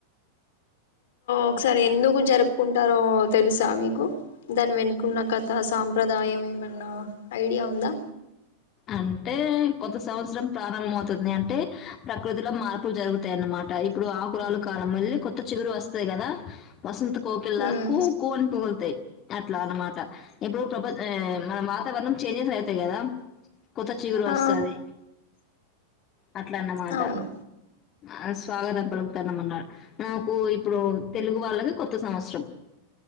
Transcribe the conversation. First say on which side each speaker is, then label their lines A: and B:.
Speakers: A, on the left; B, on the left.
A: ఒకసారి ఎందుకు జరుపుకుంటారో తెలుసా మీకు దాని వెనుకున్న కథ సాంప్రదాయం ఏమన్నా ఐడియా ఉందా
B: అంటే కొత్త సంవత్సరం ప్రారంభం అవుతుంది అంటే ప్రకృతిలో మార్పులు జరుగుతాయన్నమాట ఇప్పుడు ఆకురలు కాలం మళ్ళీ కొత్త చిగురు వస్తాయి కదా వసంత కోకెల్లా
A: హ్మ్
B: కూ కు అనీ పగుల్తయి అట్లా అన్నమాట ఇప్పుడు ప్ర మన వాతావరణం చేంజెస్ అయితాయి కదా కొత్త చిగురు వస్తాది
A: ఆ
B: అట్లన్నమాట
A: అవును
B: ఆ స్వాగతం పలుకుతమన్నా నాకు ఇప్పుడు తెలుగు వాళ్ళకి కొత్త సంవత్సరం